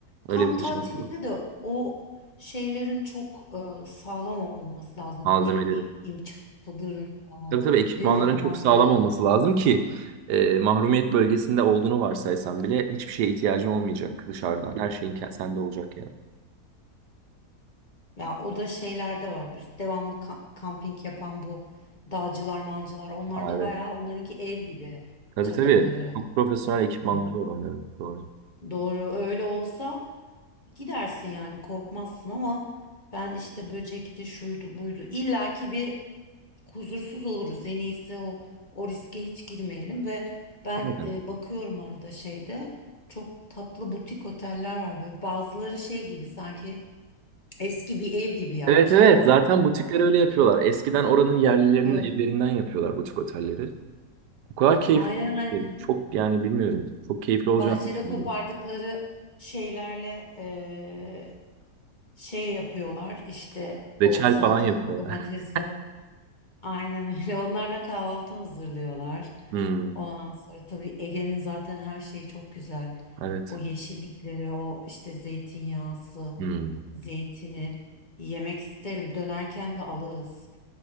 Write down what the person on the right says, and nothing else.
Öyle bir seçenek
var.
Malzemelerim.
Tabii tabii ekipmanların
çok
sağlam olması lazım ki e, mahrumiyet bölgesinde olduğunu varsaysan bile hiçbir şeye ihtiyacın olmayacak dışarıdan. Her şeyin ke- sende olacak yani.
Aa,
evet.
Tabii
tabii. Çok profesyonel ekipmanları
var onların. Doğru.
Aynen.
Evet evet.
Zaten butikleri
öyle yapıyorlar. Eskiden oranın yerlilerinin
evlerinden yapıyorlar butik otelleri. O kadar keyifli
ki. Çok yani bilmiyorum. Çok keyifli olacağını
düşündüm.
Reçel
falan yapıyorlar.
<laughs>
Hmm,
evet.
Hmm.